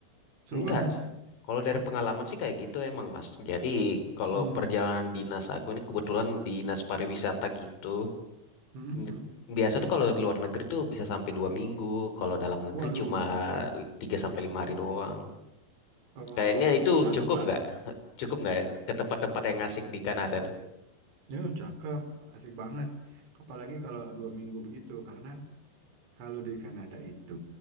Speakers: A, on the right (about 85°); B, on the left (about 70°).
A: seru
B: Enggak.
A: banget
B: sih. Kalau dari pengalaman sih kayak gitu emang, Mas. Jadi kalau
A: hmm.
B: perjalanan dinas aku ini kebetulan dinas pariwisata gitu.
A: Hmm.
B: N-
A: hmm.
B: Biasa tuh kalau di luar negeri tuh bisa sampai dua minggu. Kalau dalam negeri
A: waduh
B: cuma tiga sampai lima hari doang.
A: oh
B: Kayaknya itu
A: nah cakep
B: cukup
A: lah
B: nggak? <laughs> Cukup nggak ke tempat-tempat yang asik di Kanada tuh?
A: <laughs> ya cakep asik banget apalagi kalau dua minggu begitu karena kalau di Kanada itu